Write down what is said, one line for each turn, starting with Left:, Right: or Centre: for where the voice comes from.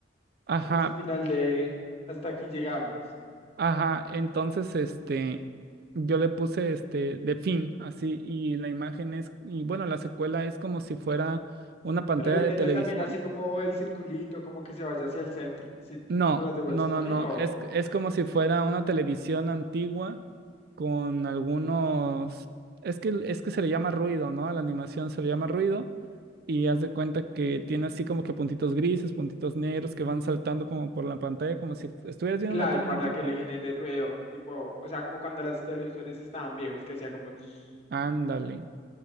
Right: Ajá,
Left: como ese final de hasta aquí llegamos.
Right: ajá, entonces este, yo le puse este de fin, así, y la imagen es, y bueno, la secuela es como si fuera una pantalla
Left: Pero le
Right: de
Left: metes
Right: televisión
Left: también así como el circulito, como que se vaya hacia el centro, así
Right: No,
Left: como las de What's
Right: no, no,
Left: Bunny,
Right: no.
Left: o.
Right: Es, es como si fuera una televisión antigua con algunos... Es que, es que se le llama ruido, ¿no? A la animación se le llama ruido y haz de cuenta que tiene así como que puntitos grises, puntitos negros que van saltando como por la pantalla, como si estuvieras viendo
Left: Claro,
Right: una tele
Left: para
Right: antigua.
Left: que le genere ruido, tipo, o sea, como cuando los televisores estaban viejos, que hacía como... tss.
Right: Ándale.